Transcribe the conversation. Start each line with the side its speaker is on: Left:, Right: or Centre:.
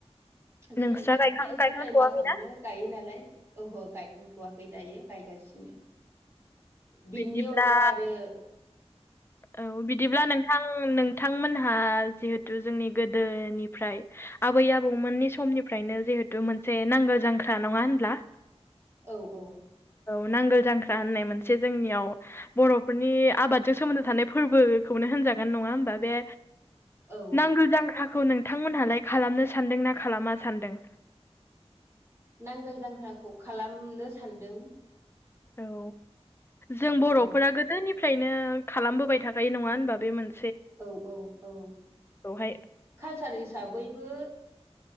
Right: जों
Left: नोंस्रा
Right: जिहुते
Left: गायखां गायखांथ'वाखैना
Right: जुलाइ मासावनो गायो नालाय ओहो गायखांथ'वाखै दायो गायगासिनो। बिनि
Left: बिदिब्ला
Right: अनगा आरो
Left: औ बिदिब्ला नोंथां नोंथांमोनहा जिहेथु जोंनि गोदोनिफ्राय। आबै आबौमोननि समनिफ्रायनो जिहेथु मोनसे नांगौ जांख्रा नङा होनब्ला।
Right: औ औ।
Left: औ नांगोल जांख्रा होननाय मोनसे जोंनियाव बर'फोरनि आबादजों सोमोन्दो थानाय फोरबोखौनो होनजागोन नङा होमबा बे
Right: औ
Left: नांगोलजांख्राखौ नों थांमोनहालाय खालामनो सानदों ना खालामा सानदों?
Right: नांगोल जांख्राखौ खालामनो सानदों।
Left: औ जों बर'फोरा
Right: औ
Left: गोदोनिफ्रायनो खालामबोबाय थाबाय नङा होनबा बे मोन
Right: औ औ औ
Left: खौहाय
Right: कालसार हिसाबैबो।